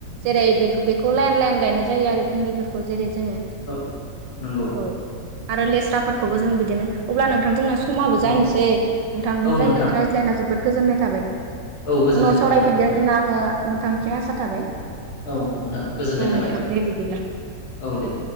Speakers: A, on the right; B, on the left.
A: जेरै बे बेखौ लाइन लाइन गायनाय जायो आरो भिन्दिफोरखौ जेरै जोङो
B: औ नंगौ
A: औ। आरो लेस्राफोरखौबो जों बिदिनो, अब्ला नोंथांजोंना समाबो जानोसै
B: औ
A: नोंथांजों
B: औ
A: रायलाय
B: नोंथां
A: रायज्लायला जोबोद गोजोननाय थाबाय।
B: औ गोजोननाय
A: उनाव
B: थाबाय
A: सावरायफिनगोन
B: नोंथां
A: होनना आङो नोंथांनिसिम आसा थाबाय।
B: औ नोंथां गोजोननाय
A: औ
B: थाबाय।
A: नोंथां दे बिदिब्ला।
B: औ दे।